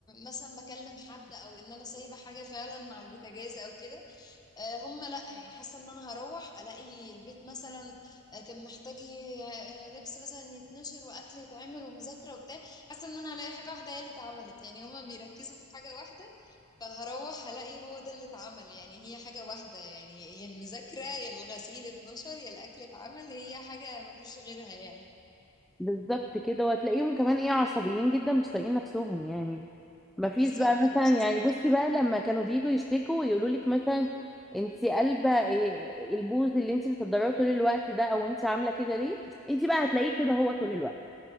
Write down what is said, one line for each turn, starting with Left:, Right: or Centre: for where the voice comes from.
Left: مثلا بكلم حد او ان انا سايبه حاجه فعلا مع البوتاجاز او كده آه، هم لا يعني حاسه ان انا هروح الاقي البيت مثلا آه، كان محتاج ي- آه، لبس مثلا يتنشر واكل يتعمل ومذاكره وبتاع حاسه ان انا هلاقي حاجه واحده هي اللي اتعملت يعني هما بيركزوا في حاجه واحده فهروح هلاقي هو ده اللي اتعمل يعني هي حاجه واحده يعني يا المذاكره يا الغسيل اتنشر يا الاكل اتعمل هي حاجه مفيش غيرها يعني
Centre: بالظبط كده وهتلاقيهم كمان ايه عصبيين جدا مش طايقين نفسهم يعني مفيش
Left: بالظبط
Centre: بقى مثلا
Left: بس-
Centre: يعني بصي بقى لما كانوا بييجوا يشتكوا ويقولوا لك مثلا انت قلبه إيه البوز اللي انت بتقدريه طول الوقت ده او انت عامله كده ليه انت بقى هتلاقيه كده هو طول الوقت